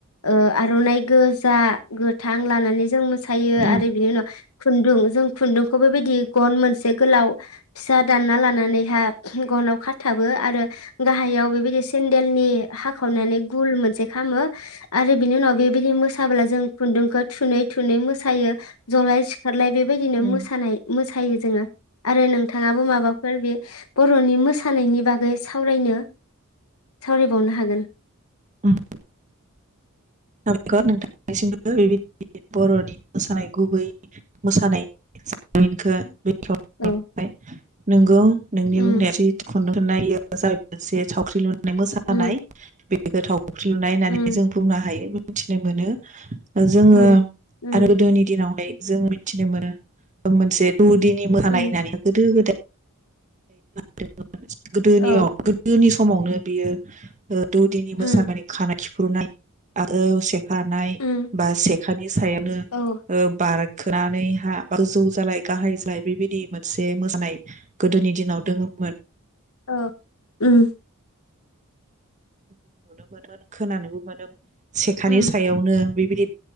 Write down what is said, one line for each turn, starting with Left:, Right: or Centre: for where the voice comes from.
Left: ओ आरनाइ गोजा गोथां लानानै जों सायो
Right: उम
Left: आरो बिनि उनाव खुन्दुं जों खुन्दुंखौ बेबायदि गन मोनसे गोलाव फिसा दानना लानानैहा गनाव खाथाबो आरो गाहायाव बेबायदि सेन्देलनि हाखावनानै गुल मोनसे खामो आरो बिनि उनाव बेबायदि मोसाब्ला जों खुन्दुंखौ थुनै थुनै मोसायो जलाय सिख खारलाय बेबायदिनो
Right: उम
Left: मोसानाय मोसायो जोङो आरो नोंथाङाबो माबाफोर बे बर'नि मोसानायनि बागै सावरायनो सावरायबावनो हागोन।
Right: उम <unintelligible> नोंथांनिसिमबो बेबायदि बर'नि मोसानाय गुबै मोसानायखो <unintelligible>
Left: औ
Right: नोंगौ नोंनि
Left: उम
Right: बुंनाया <unintelligible> नाय <unintelligible> <unintelligible> मोसानाय
Left: उम
Right: गोथाव। फख्रि लुनाय होननानै
Left: उम
Right: जों बुंनो हायो। मिथिनो मोनो ओ जोङो
Left: उम उम
Right: आरो गोदोनि दिनावहाय जों मिथिनो मोना ओ मोनसे दुदिननि मोसानाय
Left: उम
Right: होननानै गोदो गोदाय <unintelligible> गोदोनियाव
Left: औ
Right: गोदोनि सम समावनो बियो दो दौदिनि मोसाबोनाय
Left: उम
Right: खानाय। खिफ्रुनाय आ औसेख फारनाय
Left: उम
Right: बा सेखानि सायावनो
Left: औ
Right: ओ बार खोनानै हा गोजौ जालाय गाहाय जालाय बेबायदि मोनसे मोसानाय गोदोनि दिनाव दङोमोन
Left: ओ उम।
Right: जों नुनो मोनोमोन खोनानोबो मोनोम सेखानि
Left: उम
Right: सायावनो बेबायद